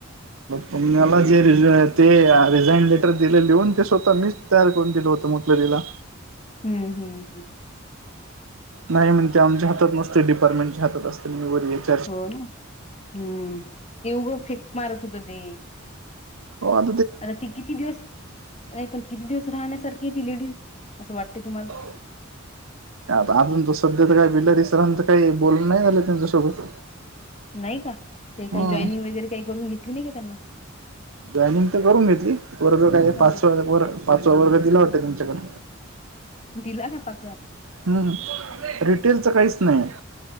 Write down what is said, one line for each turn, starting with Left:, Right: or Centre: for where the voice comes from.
Right: तुम मला जे र ते रिझाईन लेटर दिले लिहून ते स्वतः मी.... तयार कोण दिलं होतं म्हटलं तिला...
Left: हम्म हम्म हम...
Right: नाही म्हण ते आमच्या हात नसते डिपार्टमेंटच्या हात असते म वर येत...
Left: हो ना हम्म हे ऊग फिक मारत होत ते...
Right: हो अ...
Left: आता ती किती दिवस नाही पण किती दिवस राहण्यासारखी य ती लेडीज असं वाटते तुम्हाला....
Right: हो... आता अजून त सध्या तर का बिलारी सरांच काही बोलून नाही झालं त्यांच्यासोबत...
Left: नाही का ते काही
Right: ह
Left: जॉईनिंग वगैरे काही करून घेतली नाही का त्यांना...
Right: जॉईनिंग तर करून घेतली वर्ग काय
Left: हां.
Right: पाचवा व पाचवा वर्ग दिला वाटत तुमच्याकडे...
Left: दिला का पाच...
Right: हम्म रिटेलच काहीच नाही